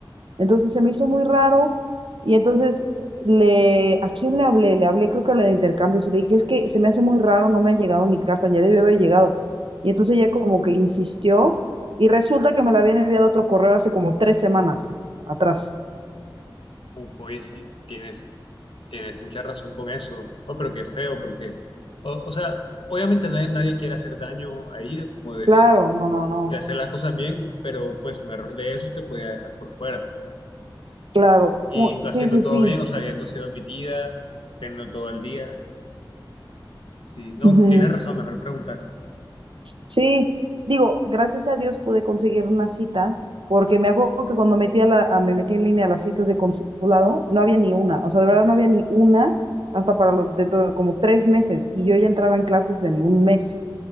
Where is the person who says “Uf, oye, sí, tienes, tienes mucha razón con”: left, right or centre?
Left